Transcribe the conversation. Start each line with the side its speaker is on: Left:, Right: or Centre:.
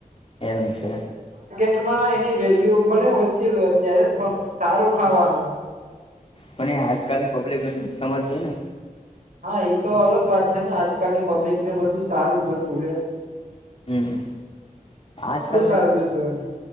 Left: એમ છે.
Right: <unintelligible> વેલ્યુ ભલે ઓછી હોય અત્યારે પણ સારું ખાવાનું.
Left: પણ આજકાલ ની પબ્લિક નથી સમજતી ને.
Right: હા એ તો અલગ વાત છે ને આજકાલની પબ્લિક ને બધું સારું જ જોતું હ.
Left: હમ્મ. આજકાલની
Right: સારું જોતું એમ